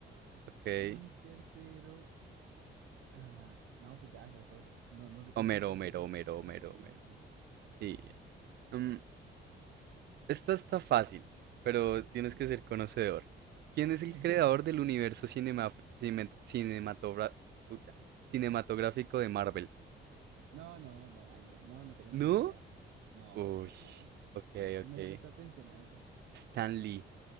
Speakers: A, on the right; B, on the right.
A: ok.
B: Y tercero, ah, no, pues ya esas dos. No, no sé cuál
A: Homero,
B: es el tercero.
A: Homero, Homero, Homero,
B: Sí,
A: Homero.
B: sí, sí.
A: Sí. Mm, esta está fácil, pero tienes
B: Ok.
A: que ser conocedor. ¿Quién es el
B: <laughs>
A: creador del universo cinema- cine- cinematogra- puta, cinematográfico de Marvel?
B: No, no, no, ay, no, no, no tengo
A: ¿No?
B: ni idea. No,
A: Uy,
B: ya, no.
A: ok,
B: Yo
A: ok.
B: no le presté atención a eso.
A: Stan Lee